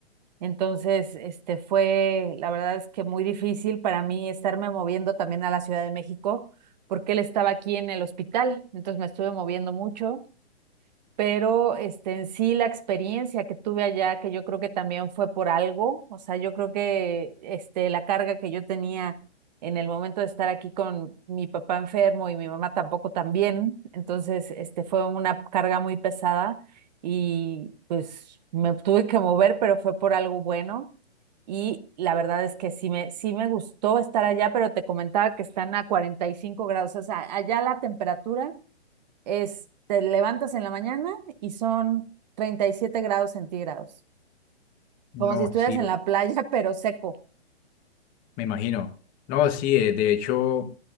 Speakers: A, on the right (about 40°); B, on the left (about 25°).
A: entonces este fue la verdad es que muy difícil para mí estarme moviendo también a la Ciudad de México porque él estaba aquí en el hospital, entonces me estuve moviendo mucho pero este, en sí la experiencia que tuve allá, que yo creo que también fue por algo, o sea, yo creo que este, la carga que yo tenía en el momento de estar aquí con mi papá enfermo y mi mamá tampoco también, entonces este, fue una carga muy pesada y pues me tuve que mover, pero fue por algo bueno. Y la verdad es que sí me, sí me gustó estar allá, pero te comentaba que están a 45 grados, o sea, allá la temperatura es, te levantas en la mañana y son 37 grados centígrados,
B: no,
A: como si estuvieras
B: sí,
A: en la playa, <laughs> pero seco.
B: me imagino. No, sí, eh, de hecho,